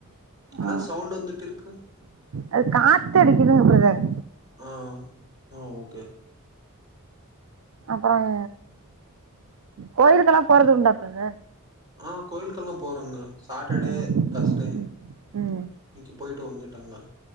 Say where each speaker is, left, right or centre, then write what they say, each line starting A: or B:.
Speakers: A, on the right; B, on the right.
A: எனால்
B: ஆ
A: சவுண்ட் வந்துட்ருக்கு
B: அது காத்தடிக்குதுங்க ப்ரதர்
A: ஆஹ் ஆஹ் ஓகே
B: அப்புறங் கோயிலுக்கெல்லா போறது உண்டா ப்ரதர்
A: ஆஹ் கோயில்க்கெல்லா போறங்க சாட்டர்டே
B: ம்
A: தஸ்டே
B: ம்
A: இன்னைக்கு பொயிட்டு வந்துட் ட்டங்க